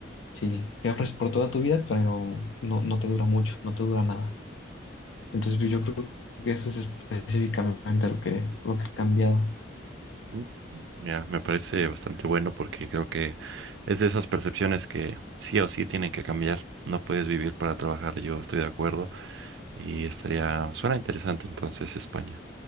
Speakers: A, on the left; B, on the right.
A: Sí, que ahorres por toda tu vida, pero no, no te dura mucho, no te dura nada. Entonces, pues, yo creo que eso es específicamente lo que, lo que ha cambiado.
B: Mm. Mira, me parece bastante bueno porque creo que es de esas percepciones que sí o sí tienen que cambiar. No puedes vivir para trabajar, yo estoy de acuerdo. Y estaría, suena interesante entonces España.